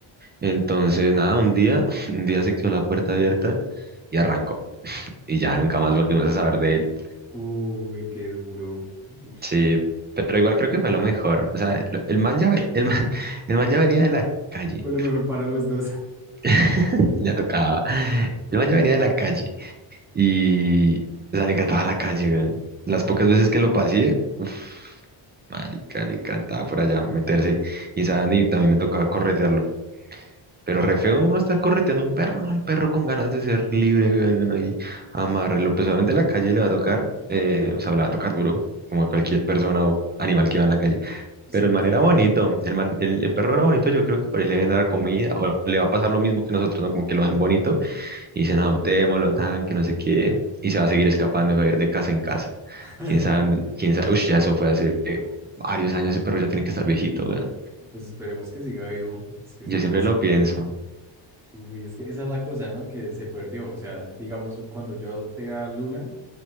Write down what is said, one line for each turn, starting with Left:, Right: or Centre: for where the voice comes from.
Right: Entonces, nada, un día, <laughs> un día se quedó la puerta abierta y arrancó. Y ya nunca más volvimos a saber de él.
Centre: Uy, qué duro. Ush.
Right: Sí, pero igual creo que fue lo mejor. O sea, lo- el man ya, ve- el man, <laughs> el man ya venía de la calle.
Centre: Fue lo mejor para los dos. <laughs>
Right: <laughs> Ya tocaba. El man ya venía de la calle. Y, o sea, le encantaba la calle, weón. Las
Centre: Ujú,
Right: pocas veces que lo pasé, uff, marica, le encantaba por allá meterse. Y saben, y también me tocaba corretearlo. Pero
Centre: Sí,
Right: re
Centre: claro.
Right: feo uno estar correteando un perro, ¿no? El perro con ganas de ser libre, weón, y uno ahí amarrelo. Pues obviamente la calle le va a tocar, eh, o sea, le va a tocar duro, como a cualquier persona o animal que va en la calle.
Centre: Sí,
Right: Pero el man
Centre: claro.
Right: era bonito, el man, el, el perro era bonito, yo creo que por ahí le deben dar comida, o le va a pasar lo mismo que nosotros, ¿no? Como que lo ven bonito y dicen, adoptémoslo, tan, que no sé qué, y se va a seguir escapando, y va a ir de casa en casa.
Centre: <laughs>
Right: Quién sabe, dónde- quién sabe, uff, ya eso fue hace eh, varios años, ese perro ya tiene que estar viejito, weón.
Centre: Pues esperemos que siga vivo. Es que
Right: Yo
Centre: siempre
Right: siempre
Centre: es
Right: lo pienso,
Centre: Uy, es que esa es la cosa, ¿no? Que se perdió. O sea, digamos, cuando yo adopté a Luna,